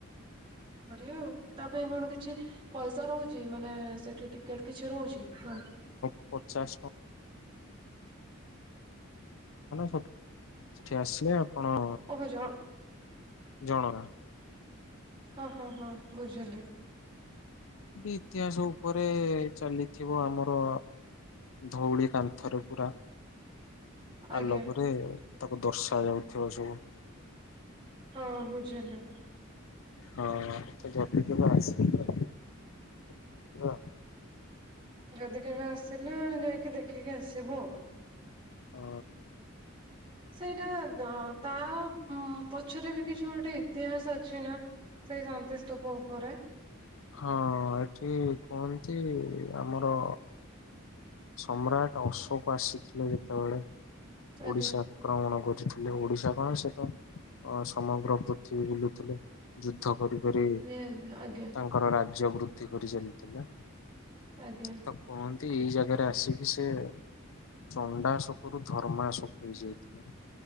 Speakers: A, on the right; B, on the left.
A: ବଢଆ ଆଉ, ତା ପାଇଁ କଣ କିଛି ପଇସା ରହୁଚି, ମାନେ ସେଠି ଟି କେଟ କିଛି ରହୁଚି, ହଁ।
B: ପଚାଶ ଟଙ୍କା। ସତ୍ ସେଠି ଆସିଲେ ଆପଣ
A: ଓହ ଜାମ୍।
B: ଜଣଣା।
A: ହଁ-ହଁ-ହଁ ବୁଝିଲି।
B: ଇତିହାସ ଉପରେ ଚାଲିଥିବ ଆମର ଧଉଳି କାନ୍ଥରେ ପୁରା
A: ଆଜ୍ଞା
B: ଆଲୋକରେ, ତାକୁ ଦର୍ଶାଯାଉଥିବ ସବୁ।
A: ହଁ, ବୁଝିଲି।
B: ହଁ, ସେ ବସିଥିବ ଆସିବେ <unintelligible>
A: ଯଦି କେବେ ଆସିଲା, ଯାଇକି ଦେଖିକି ଆସିବୁ ଆଉ।
B: ଅ
A: ସେଇଟା, ତା ଉ ପଛରେ ବି କିଛି ଗୋଟେ ଇତିହାସ ଅଛି ନା? ସେଇ ଶାନ୍ତି ସ୍ତୁପ ଉପରେ
B: ହଁ, ଏଠି କୁହନ୍ତି ଆମର ସମ୍ରାଟ ଅଶୋକ ଆସିଥିଲେ ଯେତେବେଳେ
A: ଆଜ୍ଞା
B: ଓଡିଶା ଆକ୍ରମଣ ଖୋଜିଥିଲେ ଓଡିଶା କଣ ସେ ତ ଅ ସମଗ୍ର ପୃଥିବୀ ବୁଲୁଥିଲେ ଯୁଦ୍ଧ କରିିକରି
A: ଆଜ୍ଞ ଆଜ୍ଞା
B: ତାଙ୍କର ରାଜ୍ୟ ବୃଦ୍ଧି କରି ଚାଲିଥିଲା।
A: ଆଜ୍ଞା
B: ତ କୁହନ୍ତି ଏଇ ଜାଗାରେ ଆସିକି ସେ ଚଣ୍ଡା ଶୋକରୁ ଧର୍ମା ଶୋକ ହେଇ ହେଇଯାଇଥିଲେ।